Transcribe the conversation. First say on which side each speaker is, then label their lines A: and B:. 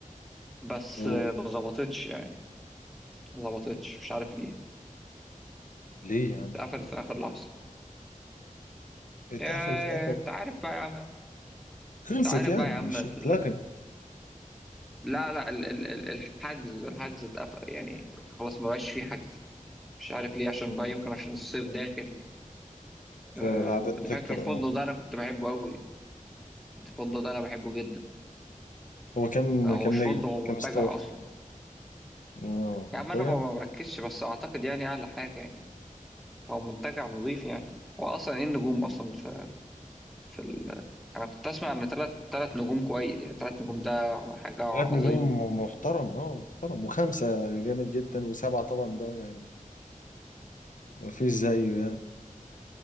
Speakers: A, in the centre; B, on the left (about 65°).
A: بس
B: اوه
A: ما ظبطتش يعني ما ظبطتش مش عارف ليه
B: ليه يا عم
A: اتقفلت في اخر لحظه
B: اتقفلت
A: يا
B: اتقفلت
A: انت عارف بقى يا عم
B: خلصت
A: انت عارف
B: يعني
A: بقى يا عم
B: مش
A: ال...
B: اتلغت
A: لا لا ال... ال... ال- الحجز الحجز اتقفل يعني خلاص ما بقاش فيه حجز مش عارف ليه عشان
B: مم.
A: بقى يمكن عشان الصيف داخل أه...
B: فالأعداد بتكتر
A: فاكر الفندق
B: اه
A: ده انا كنت بحبه قوي الفندق ده انا بحبه جدا
B: هو كام
A: هو
B: كام
A: مش فندق
B: نجم
A: هو منتجع
B: كام ستار
A: اصلا
B: اه
A: يا
B: منتجع
A: عم انا ما ما بركزش بس اعتقد يعني اعلى حاجه يعني هو منتجع نظيف يعني هو اصلا ايه النجوم اصلا في في ال... انا كنت اسمع ان ثلاث ثلاث نجوم كويس يعني ثلاث نجوم ده حاجه عظيمه
B: ثلاث نجوم محترم اه محترم وخمسة جامد جدا وسبعة طبعا ده يعني مفيش زيه يعني